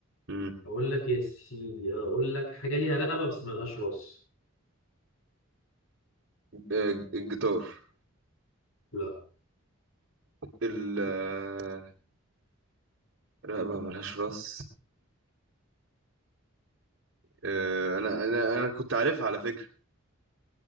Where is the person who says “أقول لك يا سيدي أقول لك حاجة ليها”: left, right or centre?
Left